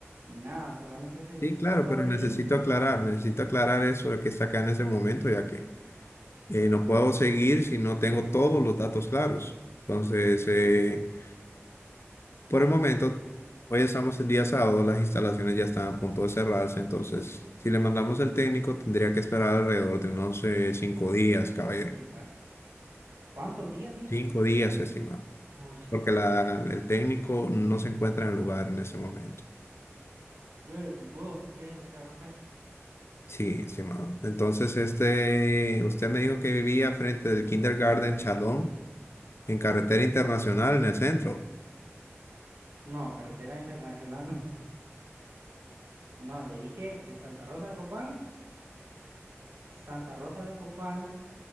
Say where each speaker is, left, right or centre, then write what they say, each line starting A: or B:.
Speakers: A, on the right; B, on the left.
A: ni nada, solamente se
B: Sí,
A: instaló
B: claro, pero
A: ahí.
B: necesito aclarar, necesito aclarar eso de que está acá en ese momento, ya que eh, no puedo seguir si no tengo todos los datos claros. Entonces, eh, Por el momento, hoy estamos en día sábado, las instalaciones ya están a punto de cerrarse, entonces si le mandamos al técnico tendría que esperar alrededor de unos eh, cinco días, caballero.
A: Oh, chica. ¿Cuántos días dijo?
B: Cinco días, estimado,
A: Oh, chica,
B: porque la,
A: mano.
B: el técnico no se encuentra en el lugar en ese momento.
A: Bueno, ni modo, ¿qué se le va a hacer?
B: Sí, estimado. Entonces, este, usted me dijo que vivía frente del Kindergarten Chalón, en carretera internacional, en el centro.
A: No, carretera internacional no. <laughs> No, le dije en Santa Rosa de Copán, Santa Rosa de Copán,